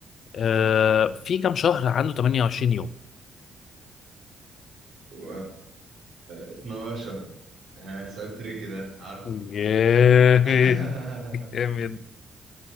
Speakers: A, on the left (about 60°); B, on the right (about 65°).
A: آه في كام شهر عنده 28 يوم
B: و... 12 ها سؤال تريكي ده عارفه
A: جامد
B: <laughs>
A: جامد